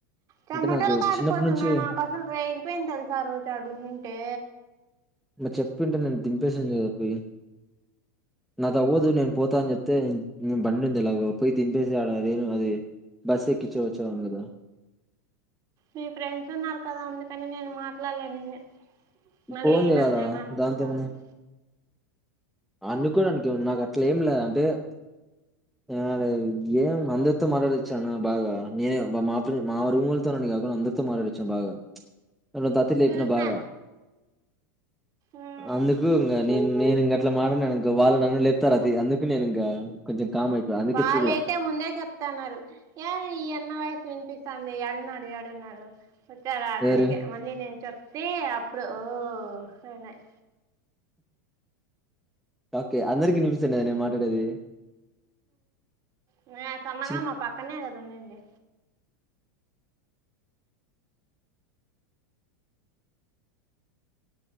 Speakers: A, on the right; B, in the centre.
A: చమటలు
B: అంటే నాకు
A: కారిపోతున్నాయి
B: చిన్నప్పటి నుంచి
A: నాకు అసలు రేగిపోయింది తెలుసా ఆ రోజూ ఆడ ఉన్నింటే
B: మరి చెప్పింటే నేను దింపేసిందు కద పోయి నాతో అవ్వదు నేను పోతా అని చెప్తే బండి ఉంది ఎలాగో పోయి దింపేసి ఆడను అది బస్ ఎక్కించి వచ్చేవాన్ని కదా
A: మీ ఫ్రెండ్స్ ఉన్నారు కదా అందుకని నేను మాట్లాడలే నిన్ను మళ్ళీ
B: ఫోన్ చేయాలా
A: నన్ను ఏమని అనుకుంటావని
B: దాంట్లో ఏమంది అందుకూడా నాకు అట్లా ఏం లే అంటే ఆడ ఏం అందరితో మాటడిచ్చాను బాగా నేనే మా ఫ మా రుమొల్లతోనే కాకుండా అందరితో మాటడిచ్చాను బాగా అ దత్తిలు లేపిన
A: చూసా
B: బాగా
A: మ్మ్
B: అందుకు ఇంగ నేను నేనింగ అట్లా మాటడిను ఇంక వాళ్ళు నన్ను లేపుతారు అతి అందుకు నేను ఇంక కొంచెం కామ్ అయిపోయా అందుకే
A: వాళ్ళైతే
B: చూడలే
A: ముందే చెప్తాన్నారు ఏ ఈ యన్న వాయిస్ వినిపిస్త వినిపిస్థాన్దే యాడున్నాడు యాడున్నాడు వచ్చారాని
B: ఎవరు
A: అడిగే మళ్ళీ నేను చెప్తే అప్పుడు ఓ వేరున్నాయి
B: ఓకే అందరికిీ వినిపిస్తాది కదా నేను మాట్లాడేది
A: ఒగ యప్ప సన్న
B: చి-
A: మా పక్కనే కదా ఉన్నింది